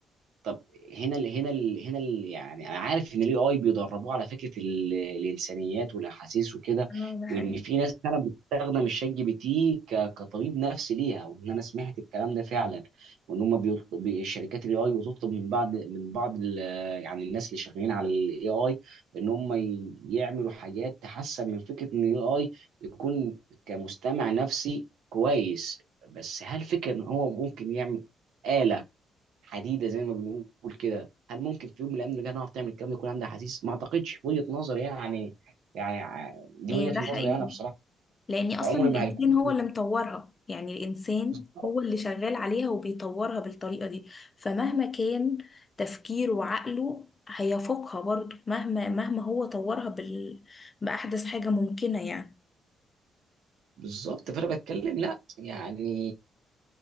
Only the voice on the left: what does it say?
اه ده حقيقي
هي
ده حقيقي
لأن أصلا
الإنسان
هو اللي مطورها يعني الإنسان
هو اللي شغال عليها وبيطورها بالطريقة دي فمهما كان تفكيره وعقله هيفوقها برضه مهما مهما هو طورها بال... بأحدث حاجة ممكنة يعني